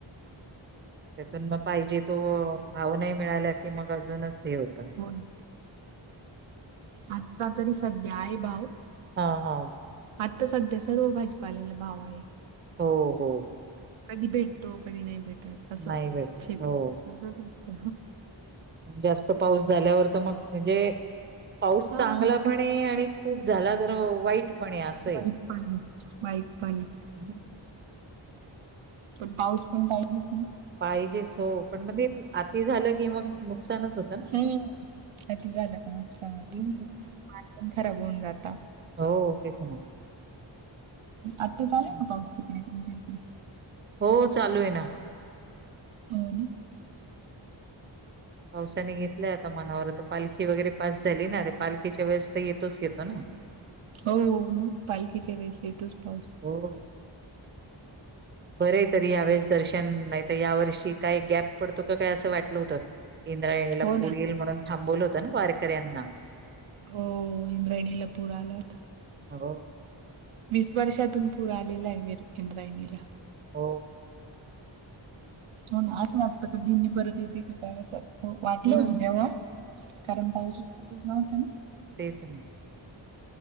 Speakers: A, on the right (about 25°); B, on the right (about 85°).
A: त्यातून मग पाहिजे तो भाव नाही मिळाला की मग अजूनच हे होतं
B: हो आता तरी सध्या आहे भाव
A: हा हा
B: आता सध्या सर्व भाजीपाल्याला भाव आहे
A: हो हो
B: कधी भेटतो कधी नाही भेटत असं
A: नाही भेटत.
B: शेतकरी
A: हो.
B: स्वस्त
A: जास्त पाऊस झाल्यावर तर मग म्हणजे पाऊस
B: हा
A: चांगला
B: खरंच
A: पण आहे आणि खूप झाला तर वाईटपणे असंय
B: वाईट पाणी वाईट पाणी
A: हम् <unintelligible>
B: पण पाऊस पण पाहिजेच ना
A: पाहिजेच हो पण म्हणजे अती झालं की मग नुकसानच होत
B: हम्म अती झालं का नुकसान होत
A: हं.
B: माल पण खराब होऊन जाता
A: हो तर आहे ना
B: आत्ता चालू
A: हं.
B: आहे का पाऊस तिकडे तुमच्या इकडे
A: हो चालू आहे ना
B: होन
A: पावसाने घेतलंय आता मनावर आता पालखी वगैरे पास झाली ना ते पालखीच्या वेळेस तर येतोच घेतो ना
B: हो हो मग पालखीच्या वेळेस येतोच पाऊस
A: हो बरं तरी या्यावेेळेस दर्शन नाही तर या वर्षी काय गॅप पडतो का काय असं वाटलं होतं इंद्रायला
B: हो ना
A: पुूर येईल म्हणून थांबवलं होतं ना वारकऱ्यांना
B: हो इंद्राणीला पूर आलात
A: हो
B: वीस वर्षातून पूर आलेला आहेर इंद्रायणीला
A: हो
B: हो असं वाटतं का दिननी परत येते का काय असं हो वाटलं
A: हम्म
B: होतं तेव्हा कारण पाऊजच नव्हतं ना
A: तेसण